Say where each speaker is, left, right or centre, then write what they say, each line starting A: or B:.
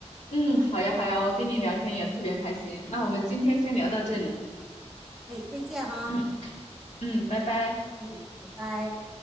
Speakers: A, on the left (about 80°); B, in the centre.
A: 嗯，好呀好呀，我跟你聊天也特别开心。那我们今天先聊到这里。
B: 哎，再见啊，
A: 嗯嗯，拜拜。
B: 哎，拜拜。